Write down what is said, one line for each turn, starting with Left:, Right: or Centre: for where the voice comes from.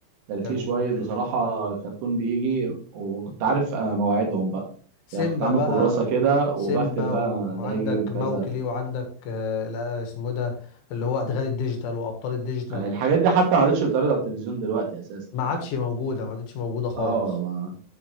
Right: كان في
Left: كان
Right: شوية بصراحة كرتون بيجي وكنت عارف آه، مواعيدهم بقى
Left: سيمبا
Right: يعني كنت عامل
Left: بقى
Right: كراسة
Left: و...
Right: كده وبكتب
Left: سيمبا
Right: بقى
Left: وعندك
Right: ده هيجي يوم كذا
Left: موكلي وعندك آه لا، اسمه ده اللي هو ادغال الديجيتال وابطال الديجيتال
Right: يعني الحاجات دي حتى ما عادتش بتتعرض على التلفزيون دلوقتي أساسا
Left: ما عادش
Right: يعني
Left: موجوده ما عادتش موجوده خالص
Right: اه ما